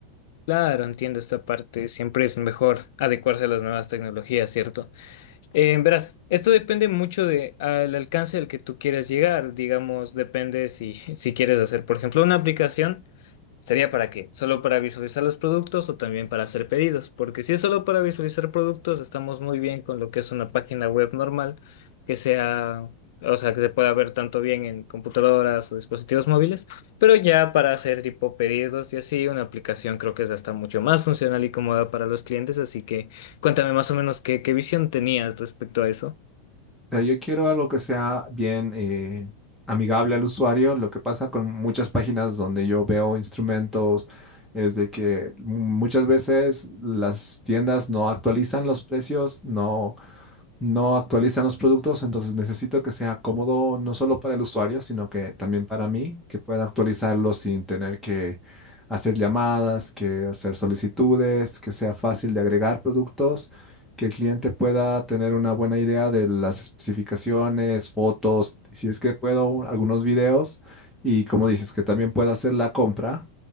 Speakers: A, on the left; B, in the centre.
A: Claro, entiendo esta parte. Siempre es mejor adecuarse a las nuevas tecnologías, ¿cierto? Eh, verás, esto depende mucho de al alcance al que tú quieras llegar. Digamos, depende si, <laughs> si quieres hacer, por ejemplo, una aplicación. ¿Sería para qué? ¿Solo para visualizar los productos o también para hacer pedidos? Porque si es solo para visualizar productos, estamos muy bien con lo que es una página web normal, que sea, o sea, que se pueda ver tanto bien en computadoras o dispositivos móviles, pero ya para hacer tipo pedidos y así, una aplicación creo que es hasta mucho más funcional y cómoda para los clientes, así que cuéntame más o menos qué, qué visión tenías respecto a eso.
B: sea, yo quiero algo que sea bien eh, amigable al usuario. Lo que pasa con muchas páginas donde yo veo instrumentos es de que mm, muchas veces las tiendas no actualizan los precios, no, no actualizan los productos, entonces necesito que sea cómodo no solo para el usuario, sino que también para mí, que pueda actualizarlo sin tener que hacer llamadas, que hacer solicitudes, que sea fácil de agregar productos, que el cliente pueda tener una buena idea de las especificaciones, fotos, si es que puedo, un- algunos videos y como dices, que también pueda hacer la compra